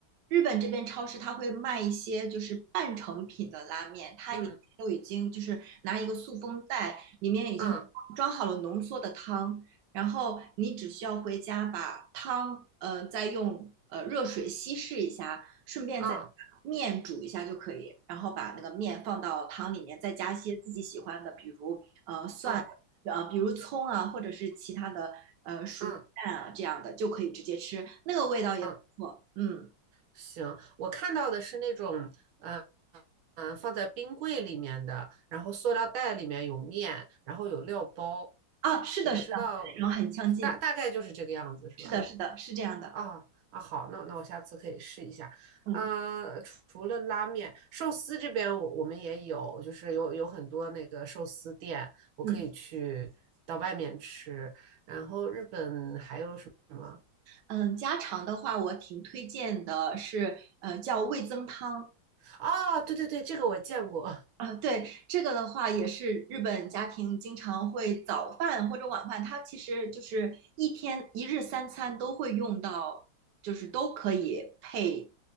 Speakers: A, on the right; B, on the right.
A: 日本这边超市它会卖一些就是半成品的拉面，它里面都已经就是拿一个塑封袋，
B: 嗯
A: 里面已经装好了浓缩的汤，
B: 嗯
A: 然后你只需要回家把汤，呃，再用呃热水稀释一下，顺便再把面煮一下就可以，
B: 嗯
A: 然后把那个面放到汤里面，再加一些自己喜欢的，比如呃蒜，
B: 嗯
A: 呃比如葱啊，或者是其他的呃熟鸡蛋啊这样的就可以直接吃，
B: 嗯
A: 那个味道也不错，
B: 嗯，
A: 嗯。
B: 行，我看到的是那种，嗯、嗯、放在冰柜里面的，然后塑料袋里面有面，然后有料包，
A: 啊，是的，
B: 我不知道，
A: 是的，内容很相近，
B: 大大概就是这个样子，是吧？
A: 是的，是的，是这样的，
B: 啊啊，好，那那我下次可以试一下。
A: 嗯
B: 嗯、除除了拉面，寿司这边我我们也有，就是有有很多那个寿司店，我可以去到外面吃。
A: 嗯
B: 然后日本还有什么？
A: 嗯，家常的话，我挺推荐的是，呃，叫味增汤，
B: 哦，对对对，这个我见过。
A: 啊，对，这个的话也是日本家庭经常会早饭或者晚饭，它其实就是一天一日三餐都会用到，就是都可以配